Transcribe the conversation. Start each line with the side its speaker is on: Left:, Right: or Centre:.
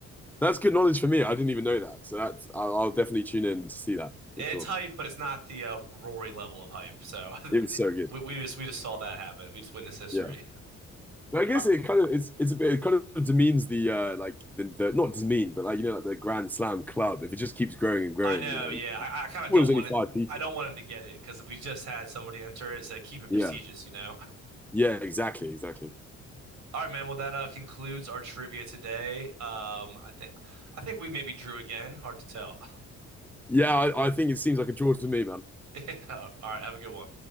Centre: That's good knowledge for me. I didn't even know that. So that's I'll, I'll definitely tune in to see that
Right: Yeah,
Centre: for sure.
Right: It's hype, but it's not the uh, Rory level of hype. So <laughs>
Centre: It was so good.
Right: we, we just we just saw that happen. We just witnessed history.
Centre: Yeah, but I guess
Right: I,
Centre: it kind of it's it's a bit it kind of demeans the uh like the, the not demean but like you know like the Grand Slam club if it just keeps growing and growing.
Right: I know,
Centre: You know,
Right: yeah. I, I kind of
Centre: well,
Right: don't
Centre: there's
Right: want
Centre: only five
Right: it.
Centre: people.
Right: I don't want him to get it because we just had somebody enter it, so keep it prestigious,
Centre: Yeah,
Right: you know?
Centre: yeah, exactly, exactly.
Right: All right, man. Well, that uh, concludes our trivia today. Um, I think I think we maybe drew again. Hard to tell.
Centre: Yeah, I, I think it seems like a draw to me, man.
Right: <laughs> Yeah. All right. Have a good one.